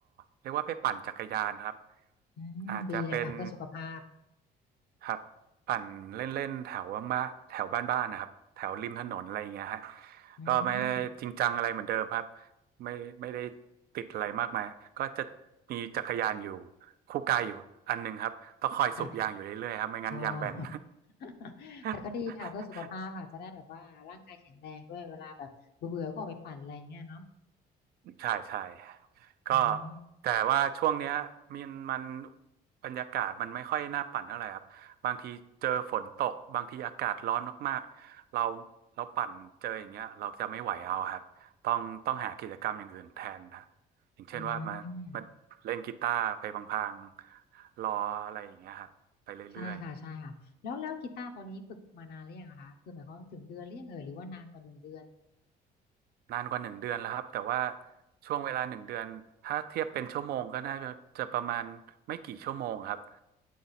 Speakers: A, on the right; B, on the left.
A: เรียกว่าไปปั่นจักรยานครับ
B: อืมดีเลยค่ะเพื่อสุขภาพ
A: อาจจะเป็นครับปั่นเล่นๆแถวบ้านแถวบ้านๆนะครับแถวริมถนนอะไรอย่างเงี้ยฮะ
B: อืม
A: ก็ไม่ได้จริงจังอะไรเหมือนเดิมครับไม่ไม่ได้ติดอะไรมากมายก็จะมีจักรยานอยู่คู่กายอยู่อันหนึ่งครับต้องคอยสูบยางอยู่เรื่อยๆครับไม่งั้นยางแบน
B: ค่ะอ๋อ <laughs> แต่ก็ดีค่ะเพื่อสุขภาพค่ะจะได้แบบว่าร่างกายแข็งแรงด้วยเวลาแบบเบื่อๆก็ออกไปปั่นอะไรเงี้ยเนาะ
A: <laughs> ใช่ใช่ก็
B: อืม
A: แต่ว่าช่วงเนี้ยมันมันบรรยากาศมันไม่ค่อยน่าปั่นเท่าไหร่ครับบางทีเจอฝนตกบางทีอากาศร้อนมากๆเราเราปั่นเจออย่างเงี้ยเราจะไม่ไหวเอาครับต้องต้องหากิจกรรมอย่างอื่นแทนครับอย่างเช่นว่ามามาเล่นกีตาร์ไปพลางๆรออะไรอย่างเงี้ยครับไปเรื่อย
B: อืมใช่ค่ะใช่ค่ะแล้วแล้วกีตาร์ตอนนี้ฝึกมานานหรือยังอะคะคือหมายความว่าถึงเดือนหรือยังเอ่ยหรือว่านานกว่าหนึ่งเดือน
A: นานกว่าหนึ่งเดือนแล้วครับแต่ว่าช่วงเวลาหนึ่งเดือนถ้าเทียบเป็นชั่วโมงก็น่าจะจะประมาณไม่กี่ชั่วโมงครับ